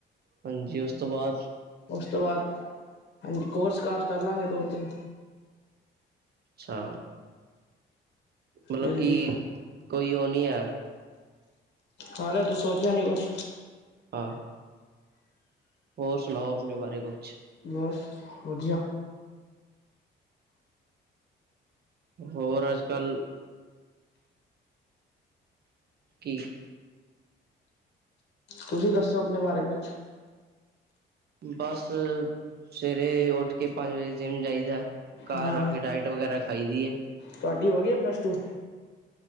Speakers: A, on the right (about 55°); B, on the left (about 60°).
A: ਹਾਂਜੀ ਉਸ ਤੋਂ ਬਾਦ?
B: ਉਸ ਤੋਂ ਬਾਦ ਹਾਂਜੀ ਕੋਰਸ ਕਾਰਸ ਕਰ ਲਾਂਗੇ ਦੋ ਤਿੰਨ।
A: ਅੱਛਾ ਮਤਲਬ
B: ਹਾਂਜੀ।
A: ਕੀ ਕੋਈ ਓ ਨੀ ਐ
B: ਹਾਲੇ ਤੂੰ ਸੋਚਿਆ ਨੀ ਕੁੱਛ।
A: ਹਾਂ। ਹੋਰ ਸੁਣਾਓ ਆਪਣੇ ਬਾਰੇ ਕੁੱਛ?
B: ਬਸ ਵਧੀਆ।
A: ਹੋਰ ਅੱਜ ਕੱਲ੍ਹ ਕੀ
B: ਤੁਸੀਂ ਦੱਸੋ ਆਪਣੇ ਬਾਰੇ ਕੁਝ
A: ਬਸ ਸਵੇਰੇ ਉੱਠ ਕੇ ਪੰਜ ਵਜੇ ਜਿੰਮ ਜਾਈਦਾ ਘਰ
B: ਹਾਂ
A: ਆ ਕੇ ਡਾਇਟ ਵਗੈਰਾ ਖਾਈ ਦੀ ਏ।
B: ਤੁਹਾਡੀ ਹੋ ਗਈ ਹੈ ਪਲੱਸ ਟੂ।